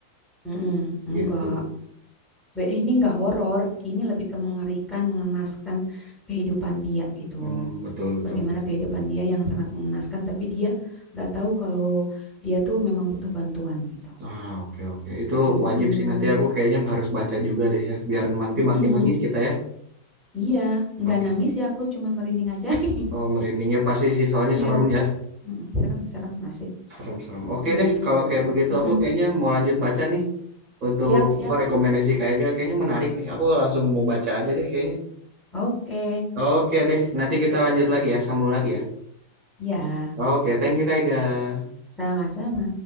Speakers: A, in the centre; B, on the right.
A: mm-mm, enggak.
B: gitu
A: Be- Ini enggak horor, ini lebih ke mengerikan, mengenaskan kehidupan dia gitu.
B: Hmm, betul betul
A: Bagaimana
B: betul
A: kehidupan
B: betul
A: dia yang sangat mengenaskan, tapi dia nggak tahu kalau dia tuh memang butuh bantuan gitu.
B: ah oke oke itu
A: Mm-mm,
B: wajib sih nanti aku kayaknya harus baca juga deh ya biar nanti
A: mm-mm.
B: makin nangis kita ya
A: Iya, nggak
B: oke
A: nangis ya, aku cuman merinding aja. <laughs>
B: Oh, merindingnya pasti sih, soalnya
A: Iya,
B: serem ya.
A: Mm-mm, serem, serem, asik
B: Serem-serem. Oke
A: gitu.
B: deh, kalau kayak begitu
A: Mm-mm.
B: aku kayaknya mau lanjut baca nih. Untuk
A: Siap, siap.
B: apa rekomendasi Kak Ega kayaknya menarik nih. Aku langsung mau baca aja deh kayaknya.
A: Oke,
B: Oke deh, nanti kita lanjut lagi ya, sambung lagi ya.
A: ya,
B: Oke, thank you Kak Ega.
A: sama-sama.